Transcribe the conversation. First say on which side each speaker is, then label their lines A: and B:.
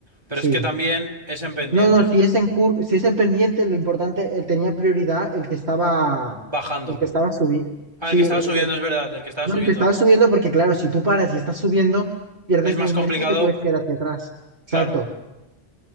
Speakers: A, on the right (about 20°); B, on the right (about 55°).
A: Pero
B: Sí.
A: es que también es en pendiente,
B: No, no, si es en cur- si es en pendiente, lo importante, él tenía prioridad el que estaba,
A: bajando.
B: el que estaba subiendo.
A: Ah,
B: Sí,
A: el que estaba
B: el
A: subiendo,
B: que,
A: es verdad, el que estaba
B: no,
A: subiendo.
B: el que estaba subiendo, porque claro, si tú paras y estás subiendo, pierdes
A: Es más
B: la inercia
A: complicado.
B: y te puedes quedar hacia atrás. Exacto.
A: Claro,